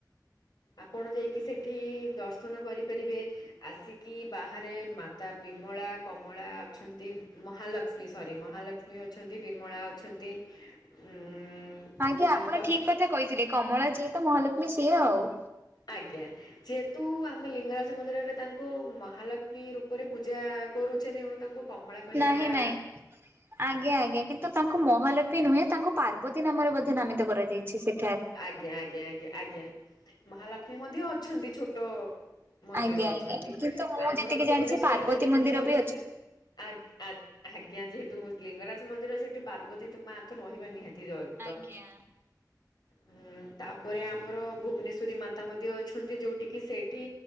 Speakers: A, on the left (about 70°); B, on the right (about 30°).
A: ଆପଣ ଯାଇକି ସେଠି ଦର୍ଶନ କରିପାରିବେ। ଆସିକି ବାହାରେ ମାତା ବିମଳା କମଳା ଅଛନ୍ତି ମହାଲକ୍ଷ୍ମୀ ସରି ମହାଲକ୍ଷ୍ ମୀ ଅଛନ୍ତି ବିମଳା ଅଛନ୍ତି ଉଁ
B: ଆଜ୍ଞା
A: ତାଙ୍କ
B: ଆପଣ ଠିକ୍
A: ସା
B: କଥା କହିଥିଲେ କମଳା ଯିଏ ତ ମହାଲକ୍ଷ୍ମୀ ସିଏ ଆଉ।
A: ଆଜ୍ଞା। ଯେହେତୁ ଆମେ ଲିଙ୍ଗରାଜ ମନ୍ଦିରରେ ତାଙ୍କୁ ମହାଲକ୍ଷ୍ମୀ ରୂପରେ ପୂଜା କରୁଚେ ତେଣୁ ତାଙ୍କୁ କମଳା କହିବାଟା
B: ନାହିଁ -ନାଇଁ। ଆଜ୍ଞା ଆଜ୍ଞା କିନ୍ତୁ ତାଙ୍କୁ ମହାଲକ୍ଷ୍ମୀ ନୁହେଁ ତାଙ୍କୁ ପାର୍ବତୀ ନାମରେ ବୋଧେ ନାମିତ କରାଯାଇଚି ସେ
A: ଆଜ୍ଞା- ଆଜ୍ଞା -ଆଜ୍ଞା -ଆଜ୍ଞା ମହାଲକ୍ଷ୍ମୀ ମଧ୍ୟ ଅଛନ୍ତି ଛୋଟ ମନ୍ଦିର
B: ଆଜ୍ଞା
A: ଅଛନ୍ତି
B: ଆଜ୍ଞା କିନ୍ତୁ ମୁଁ
A: ଆମର
B: ଯେତିକି
A: ଭୁବନେଶ୍ଵରୀ
B: ଜାଣିଛି ପାର୍ବତୀ
A: ଦେବୀ
B: ମନ୍ଦିର
A: ମଧ୍ୟ ଅଛନ୍ତି।
B: ବି
A: ଆ- ଆଜ୍ଞା ଯେହେତୁ ଲିଙ୍ଗରାଜ ମନ୍ଦିର ସେଇଠି ପାର୍ବତୀ ମା ତ ରହିବା ନିହାତି ଅଛି।
B: ଆଜ୍ଞା।
A: ହଁ ତାପରେ ଆମର ଭୁବନେଶ୍ଵରୀ ମାତା ମଧ୍ୟ ଅଛନ୍ତି ଯଉଠି କିି ସେଇଠି